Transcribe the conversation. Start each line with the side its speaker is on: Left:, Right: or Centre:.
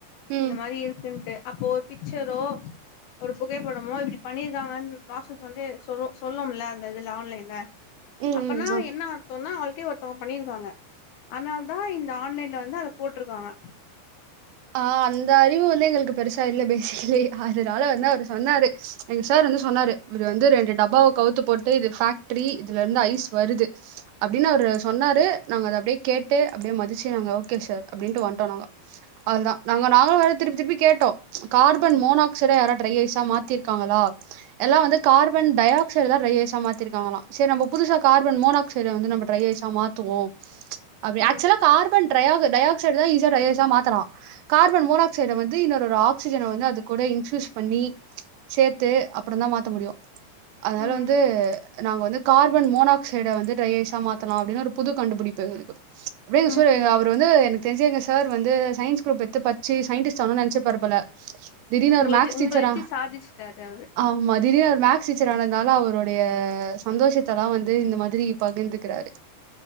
Right: ம்
Left: இந்த மாரி இருக்குன்ட்டு அப்போ பிக்சரோ ஒரு புகைப்படமோ இப்டி பண்ணியிருக்காங்கன்னு ப்ராசஸ் வந்து சொ சொல்லும்ல அதுல ஆன்லைன்ல
Right: ம்
Left: அப்பனா
Right: ம் ஆ
Left: என்ன சொன்னா ஆல்ரெடி ஒருத்தங்க பண்ணிருக்காங்க அதுனால தா இந்த ஆன்லைன்ல வந்து அத போட்ருக்காங்க
Right: ஆ அந்த அறிவு வந்து எங்களுக்கு பெருசா இல்ல பேசிக்கலி அதுனால வந்து அவரு சொன்னாரு எங்க சார் வந்து சொன்னாரு இவரு வந்து ரெண்டு டப்பாவ கவுத்து போட்டு இது ஃபேக்டரி இதுல இருந்து ஐஸ் வருது அப்டின் அவரு சொன்னாரு நாங்க அத அப்டியே கேட்டு அப்டியே மதிச்சு நாங்க ஓகே சார் அப்டின்ட்டு வந்துட்டோ நாங்க அவ்ளோதா நாங்க நாங்களு வேற திருப்பி திருப்பி கேட்டோ கார்பன் மோனாக்சைட யாரா ட்ரை ஐஸ்ஸா மாத்திருக்காங்களா எல்லா வந்து கார்பன் டை ஆக்சைடு தா டிரை ஐஸ்ஸா மாத்திருக்காங்களா சரி நம்ம புதுசா கார்பன் மோனக் சைட வந்து நம்ப ட்ரை ஐஸ்ஸா மாத்துவோ அப்டி
Left: ம்
Right: ஆக்சுலா கார்பன் ட்ரையாகு டை ஆக்சைடு தா ஈஸியா டிரை ஐஸ்ஸா மாத்தலா கார்பன் மோனாக்சைட வந்து இன்னொரு ஒரு ஆக்சிஜனை வந்து அது கூட இன்ஃப்யூஸ் பண்ணி சேத்து அப்பறதா மாத்த முடியு அதனால
Left: ம்
Right: வந்து நாங்க வந்து கார்பன் மோனாக்சைட வந்து ட்ரை ஐஸ்ஸா மாத்தலா அப்டின் ஒரு புது கண்டுபிடிப்பு எங்களுக்கு அப்டி
Left: ம்
Right: சு
Left: ம்
Right: அவர் வந்து எனக்கு தெரிஞ்சு எங்க சார் வந்து சயின்ஸ் குரூப் எடுத்து பட்ச்சு சயின்டிஸ்ட் ஆகனுன் நெனச்சிருப்பாரு போல திடீர்ன்னு அவரு
Left: உங்கள வச்சு
Right: மேக்ஸ்
Left: உங்கள
Right: டீச்சரா
Left: வச்சு சாதிச்சுட்டாரு அவரு
Right: ஆ மதிரியு அவரு மேக்ஸ் டீச்சர் ஆனது நாள அவருடைய சந்தோஷத்தல்லா வந்து இந்த மாதிரி பகிர்ந்துக்கிறாரு